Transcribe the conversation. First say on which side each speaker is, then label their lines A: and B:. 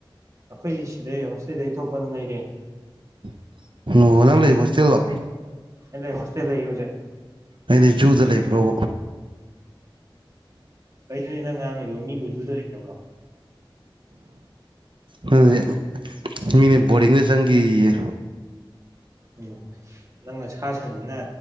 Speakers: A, on the right (about 40°); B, on the right (about 65°).
A: ꯑꯈꯣꯏ ꯁꯤꯗꯩ ꯍꯣꯁꯇꯦꯜꯗꯩ ꯊꯣꯛꯄ ꯑꯗꯨꯝ ꯂꯩꯔꯦ
B: <unintelligible> ꯅꯪ ꯂꯩ ꯍꯣꯁꯇꯦꯜꯂꯣ
A: ꯑꯩ ꯂꯩ ꯍꯣꯁꯇꯦꯜ ꯂꯩ ꯍꯧꯖꯤꯛ
B: ꯑꯩꯗꯤ ꯖꯨꯗ ꯂꯩꯕ꯭ꯔꯣ
A: ꯑꯦ ꯀꯩꯅꯣꯅꯦ ꯅꯪ ꯉꯥꯡꯉꯤꯗꯨꯕꯣ ꯃꯤꯕꯨ ꯖꯨꯗ ꯂꯩꯅꯕ꯭ꯔꯣ
B: ꯈꯪꯗꯦ ꯎꯝ ꯃꯤꯗꯤ ꯕꯣꯔꯗꯤꯡꯗ ꯆꯪꯒꯤꯌꯦ
A: ꯎꯝ ꯅꯪꯅ ꯁꯥ ꯁꯟꯅꯤꯅ